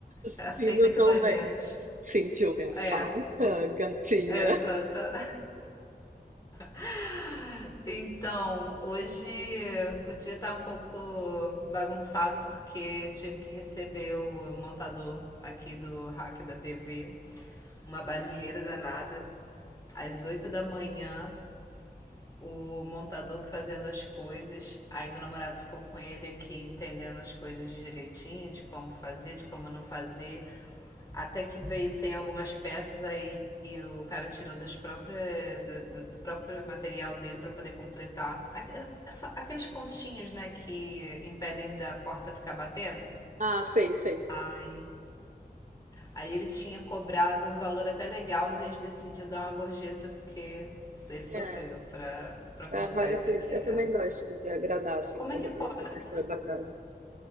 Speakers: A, on the right; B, on the left.
A: Sim,
B: Aceita
A: não
B: que
A: tão
B: dói
A: bem.
B: menos.
A: Sentiu minha falta,
B: É,
A: gatinha?
B: é exata. <laughs> Então, hoje o dia tá um pouco bagunçado porque tive que receber o montador aqui do hack da TV, uma barulheira danada, às 8 da manhã, o montador que fazendo as coisas. Aí meu namorado ficou com ele aqui entendendo as coisas direitinho, de como fazer, de como não fazer. Até que veio sem algumas peças aí e o cara tirou das próprias, do, do- do próprio material dele para poder completar. Aque- é só Aqueles pontinhos, né, que impedem da porta ficar batendo.
A: Ah, sei, sei.
B: Aí, aí ele tinha cobrado um valor até legal, mas a gente decidiu dar uma gorjeta porque ele sofreu
A: É,
B: pra, pra colocar
A: é, vale
B: isso
A: a pena.
B: aqui.
A: Eu
B: É,
A: também gosto de agradar, assim,
B: Como
A: quando
B: é que
A: eu
B: pode?
A: vejo que a pessoa é bacana.